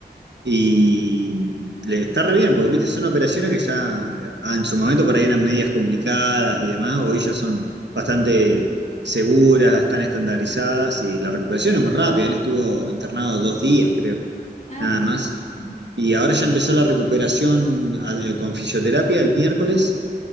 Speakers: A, on the right; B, on the left.
A: Y le está re bien, porque viste, son operaciones que ya eh, ah, en su momento por ahí eran medias complicadas y demás, hoy ya son bastante seguras, están estandarizadas y la recuperación es muy rápida. Él estuvo internado dos días, creo
B: Ah,
A: nada
B: mira.
A: más.
B: Ujú.
A: Y ahora ya empezó la recuperación eh, con fisioterapia el miércoles